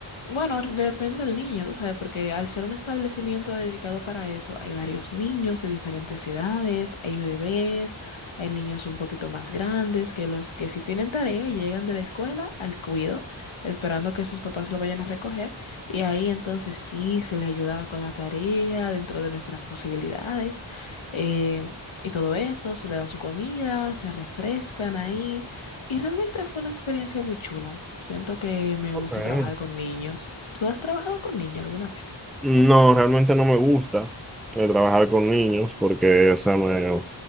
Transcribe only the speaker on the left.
Bueno, r- depende del niño, tú sabes, porque al ser un establecimiento dedicado para eso, hay varios niños de diferentes edades, hay bebés, hay niños un poquito más grandes que los que sí tienen tarea y llegan de la escuela al cuido, esperando que sus papás lo vayan a recoger, y ahí entonces sí se le ayuda con la tarea dentro de nuestras posibilidades, eh, y todo eso, se le da su comida, se refrescan ahí. Y realmente fue una experiencia muy chula. Siento que me
gusta trabajar con niños. ¿Tú has trabajado con niños alguna vez?